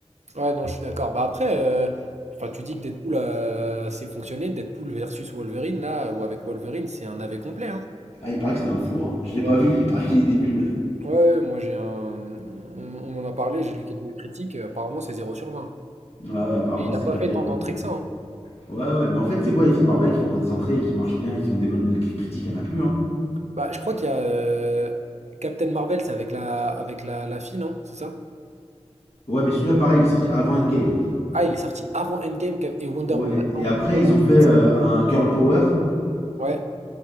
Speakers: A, on the right; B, on the left.
A: Ouais, non, je suis d'accord. Bah après, euh, enfin, tu dis que Deadpool a assez fonctionné. Deadpool versus Wolverine, là, ou avec Wolverine, c'est un AV complet, hein.
B: Ah, il paraît que c'était un four, hein. Je l'ai pas
A: Ouais,
B: vu, mais il paraît qu'il était nul.
A: ouais, moi j'ai un. On, on en a parlé, j'ai lu quelques critiques. euh, Apparemment, c'est zéro sur 20.
B: Ouais, ouais, apparemment,
A: Et il n'a
B: c'est
A: pas
B: pas
A: fait
B: terrible.
A: tant d'entrées que ça, hein.
B: Ouais, ouais, mais en fait, c'est quoi les films Marvel qui font encore des entrées et qui marchent bien et qui ont des bonnes critiques Il y en a plus, hein.
A: Bah, je crois qu'il y a euh, Captain Marvel, c'est avec la, avec la, la fille, non? C'est ça?
B: Ouais, mais celui-là, pareil, il est sorti avant Endgame.
A: Ah, il est sorti avant Endgame Cap- et Wonder
B: Ouais,
A: Woman.
B: et
A: non, Wonder
B: après,
A: Woman,
B: ils ont
A: c'est
B: fait
A: dix-
B: euh, un Girl Power
A: Ouais.